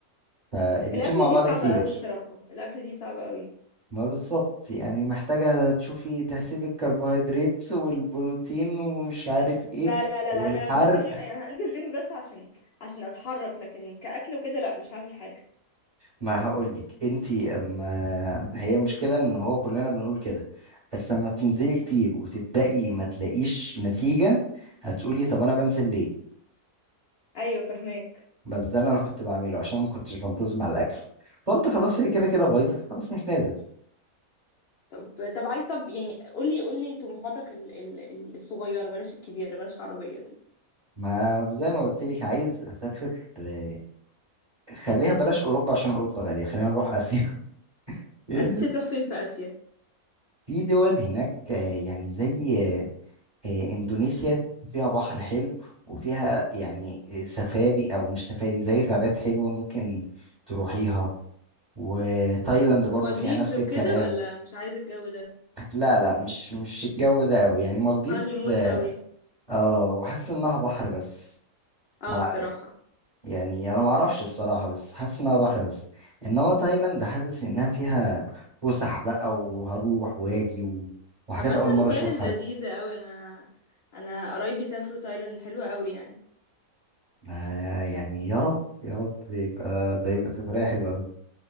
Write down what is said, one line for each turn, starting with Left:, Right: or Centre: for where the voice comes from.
Right: فالاتنين
Left: الأكل
Right: مع
Left: دي
Right: بعض
Left: صعبة
Right: كتير
Left: أوي الصراحة الأكل دي صعبة أوي
Right: ما بالظبط يعني محتاجة تشوفي تحسبي الكربوهيدرات والبروتين ومش عارف ايه
Left: لا لا لا
Right: والحرق
Left: لا أنا لو نزلت جيم يعني هنزل جيم بس عشان عشان أتحرك لكن كأكل وكده لا مش هعمل حاجة
Right: ما هقولك انتي اما هي مشكلة ان هو كلنا بنقول كده بس لما بتنزلي كتير وتبدأي ما تلاقيش نتيجة هتقولي طب انا بنزل ليه
Left: أيوة فهماك
Right: بس ده اللي انا كنت بعمله عشان ما كنتش بنتظم على الاكل فقلت خلاص هي كده كده بايظة خلاص مش نازل
Left: طب طب عايز طب يعني قولي قولي طموحاتك ال... ال... ال- الصغيرة بلاش الكبيرة بلاش عربية دي
Right: ما زي ما قلت لك عايز اسافر آه، خليها بلاش اوروبا عشان اوروبا غالية خلينا نروح اسيا <laughs>
Left: آسيا تروح فين في آسيا
Right: في دول هناك آه، يعني زي آه، إندونيسيا فيها بحر حلو وفيها يعني آه، سفاري أو مش سفاري زي غابات حلوة ممكن تروحيها وتايلاند برضو
Left: مالديفز
Right: فيها نفس
Left: وكده
Right: الكلام
Left: ولا مش عايزة الجو ده
Right: لا لا مش مش الجو ده قوي يعني مالديفز
Left: هاني مون قوي
Right: اه وحاسس انها بحر بس
Left: اه
Right: مع
Left: الصراحة
Right: يعني انا ما اعرفش الصراحة بس حاسس انها بحر بس انما تايلاند حاسس انها فيها فسح بقى وهروح واجي و... وحاجات
Left: عامة
Right: اول مرة اشوفها
Left: تايلاند لذيذة قوي انا انا قرايبي سافروا تايلاند حلوة قوي يعني
Right: آه يعني يا رب يا رب يبقى ده يبقى سفرية حلوة